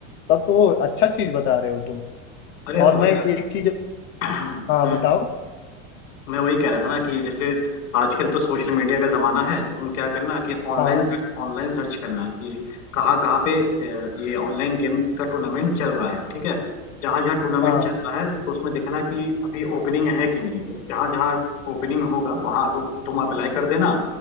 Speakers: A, on the left; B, on the left.
A: तब तो अच्छा चीज बता रहे हो तुम
B: अरे हाँ
A: और मैं
B: यार
A: एक चीज
B: <clears throat> हम्म
A: हाँ बताओ
B: मैं वही कह रहा था ना कि जैसे आजकल तो सोशल मीडिया का जमाना है तुम क्या करना कि ऑनलाइन
A: हाँ
B: सर्च ऑनलाइन सर्च करना कि कहाँ कहाँ पे अ, ये ऑनलाइन गेम का टूर्नामेंट चल रहा है ठीक है जहाँ जहाँ टूर्नामेंट
A: हाँ
B: चल रहा है तो उसमें देखना कि अभी ओपनिंग है कि नहीं तो जहाँ जहाँ ओपनिंग होगा वहाँ तुम अप्लाई कर देना